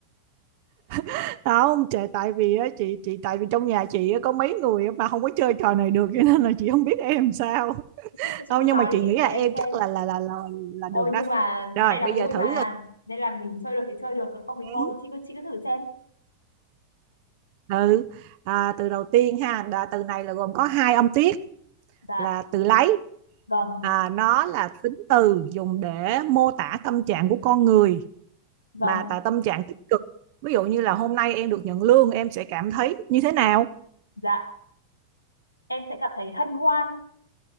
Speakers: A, on the right (about 45°); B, on the left (about 85°).
A: <laughs> không trời tại vì á, chị chị tại vì trong nhà chị á, có mấy người mà không có chơi trò này được cho nên là chị không biết em sao
B: Chị cứ, chị
A: không
B: cứ
A: nhưng
B: nói
A: mà chị
B: đi
A: nghĩ là
B: để em
A: em
B: xem
A: chắc là là là là, là được
B: Ôi
A: đó
B: nhưng mà
A: rồi
B: cái này là
A: bây giờ
B: vui
A: thử
B: mà
A: rồi.
B: Nên là mình chơi được thì chơi được Còn không thì
A: ừ
B: thôi Chị cứ, chị cứ thử xem
A: Ừ. à, từ đầu tiên ha là từ này là gồm có hai âm tiết
B: Dạ
A: là từ lấy
B: vâng
A: à, nó là tính từ dùng để mô tả tâm trạng của con người
B: vâng
A: mà là tâm trạng tích cực ví dụ như là hôm nay em được nhận lương em sẽ cảm thấy như thế nào
B: dạ Em sẽ cảm thấy hân hoan